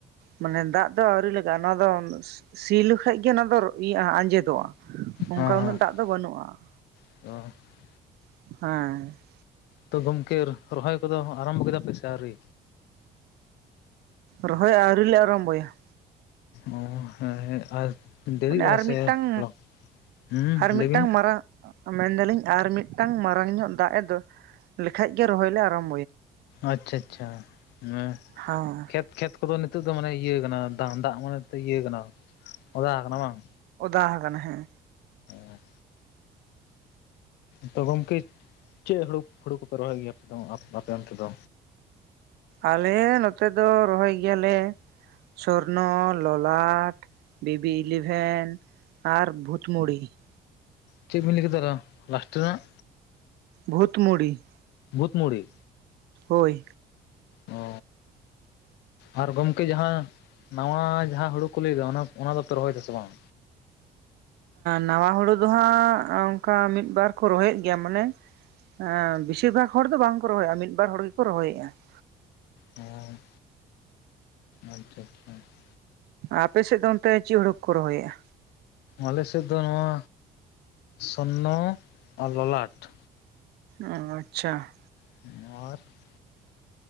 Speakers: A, on the right; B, on the left.
A: ᱢᱟᱱᱮ ᱫᱟᱜ ᱫᱚ ᱟᱹᱣᱨᱤ <unintelligible> ᱚᱱᱟ ᱫᱚ ᱥᱤ ᱞᱮᱠᱷᱟᱡ ᱜᱮ ᱚᱱᱟ ᱫᱚ ᱤᱭᱟᱹᱜ ᱟᱸᱡᱮᱫ ᱫᱚᱜᱼᱟ ᱚᱱᱠᱟ
B: ᱦᱮᱸ
A: ᱩᱱᱟᱹᱜ
B: ᱦᱮᱸ
A: ᱫᱟᱜ ᱫᱚ ᱵᱟᱹᱱᱩᱜᱼᱟ ᱾
B: <unintelligible>
A: ᱦᱮᱸ ᱾
B: ᱛᱚ ᱜᱚᱢᱠᱮ ᱨᱚᱦᱚᱭ ᱠᱚᱫᱚ ᱟᱨᱟᱢᱵᱷᱚ ᱠᱮᱫᱟ ᱯᱮ ᱥᱮ ᱟᱹᱣᱨᱤ?
A: ᱨᱚᱦᱚᱭ ᱟᱹᱣᱨᱤ ᱞᱮ ᱟᱨᱚᱢᱵᱚᱭᱟ ᱾
B: ᱚ ᱦᱮᱸ ᱟᱨ ᱫᱮᱨᱤᱜᱼᱟ
A: ᱢᱟᱱᱮ ᱟᱨ ᱢᱤᱫᱴᱟᱝ
B: ᱥᱮ <inaudible> ᱦᱩᱸ
A: ᱟᱨ ᱢᱤᱫᱴᱟᱝ
B: ᱞᱟᱹᱭ ᱵᱤᱱ
A: ᱢᱟᱨᱟᱝ
B: ᱾
A: ᱢᱮᱱᱫᱟᱞᱤᱧ ᱟᱨ ᱢᱤᱫᱴᱟᱝ ᱢᱟᱨᱟᱝ ᱧᱚᱜ ᱫᱟᱜ ᱮ <inaudible> ᱞᱮᱠᱷᱟᱡ ᱜᱮ ᱨᱚᱦᱚᱭ ᱞᱮ ᱟᱨᱚᱢ
B: ᱟᱪ ᱪᱷᱟ ᱪᱷᱟ ᱦᱩᱸ
A: ᱦᱚᱸ
B: ᱠᱷᱮᱛ ᱠᱷᱮᱛ ᱠᱚᱫᱚ ᱱᱤᱛᱚᱜ ᱫᱚ ᱢᱟᱱᱮ ᱤᱭᱟᱹ ᱠᱟᱱᱟ <unintelligible> ᱫᱟᱜ ᱢᱟᱱᱮ ᱤᱭᱟᱹ ᱠᱟᱱᱟ ᱚᱫᱟ ᱟᱠᱟᱱᱟ ᱵᱟᱝ
A: ᱚᱫᱟ ᱟᱠᱟᱱᱟ ᱦᱮᱸ
B: <unintelligible> ᱛᱚ ᱜᱚᱢᱠᱮ ᱪᱮᱫ ᱦᱩᱲᱩ ᱦᱩᱲᱩ ᱠᱚᱯᱮ ᱨᱚᱦᱚᱭ ᱜᱮᱭᱟ ᱟᱯᱮ ᱚᱱ ᱛᱮ ᱫᱚ?
A: ᱟᱞᱮ ᱱᱚᱛᱮ ᱫᱚ ᱨᱚᱦᱚᱭ ᱜᱮᱭᱟᱞᱮ ᱥᱚᱨᱱᱚ ᱞᱚᱞᱟᱴ ᱵᱤᱵᱤ ᱤᱞᱤᱵᱷᱮᱱ ᱟᱨ ᱵᱷᱩᱛᱢᱩᱲᱤ ᱾
B: ᱪᱮᱫ ᱵᱮᱤᱱ ᱞᱟᱹᱭ ᱠᱮᱫᱟ <unintelligible> ᱞᱟᱥᱴ ᱨᱮᱱᱟᱜ?
A: ᱵᱷᱩᱛ ᱢᱩᱲᱤ ᱾
B: ᱵᱷᱩᱛ ᱢᱩᱲᱤ?
A: ᱦᱚᱭ ᱾
B: ᱚ ᱟᱨ ᱜᱚᱝᱠᱮ ᱡᱟᱦᱟᱸ ᱱᱟᱣᱟ ᱡᱟᱦᱟᱸ ᱦᱩᱲᱩ ᱠᱚ ᱞᱟᱹᱭᱮᱫᱟ ᱚᱱᱟ ᱚᱱᱟ ᱫᱚᱯᱮ ᱨᱚᱦᱚᱭ ᱫᱟᱥᱮ ᱵᱟᱝ?
A: ᱱᱟᱶᱟ ᱦᱩᱲᱩ ᱫᱚ ᱦᱟᱸᱜ ᱚᱱᱠᱟ ᱢᱤᱫᱽ ᱵᱟᱨ ᱠᱚ ᱨᱚᱦᱚᱭᱮᱫ ᱜᱮᱭᱟ ᱢᱟᱱᱮᱼᱼ <unintelligible> ᱵᱮᱥᱤᱨ ᱵᱷᱟᱜᱽ ᱦᱚᱲ ᱫᱚ ᱵᱟᱝ ᱠᱚ ᱨᱚᱦᱚᱭᱮᱫᱼᱟ ᱢᱤᱫ ᱵᱟᱨ ᱦᱚᱲ ᱜᱮᱠᱚ ᱨᱚᱦᱚᱭᱮᱜᱼᱟ ᱾
B: ᱚᱸ ᱟᱪ ᱪᱷᱟ ᱪᱷᱟ ᱾
A: ᱟᱯᱮ ᱥᱮᱫ ᱫᱚ ᱚᱱᱛᱮ ᱪᱮᱫ ᱦᱩᱲᱩ ᱠᱚᱠᱚ ᱨᱚᱦᱚᱭᱮᱜᱼᱟ?
B: ᱟᱞᱮᱥᱮᱫ ᱫᱚ ᱱᱚᱣᱟ ᱥᱚᱨᱱᱚ, ᱟᱨ ᱞᱚᱞᱟᱴ ᱾
A: ᱚᱸ ᱟᱪᱪᱷᱟ ᱾
B: ᱟᱨ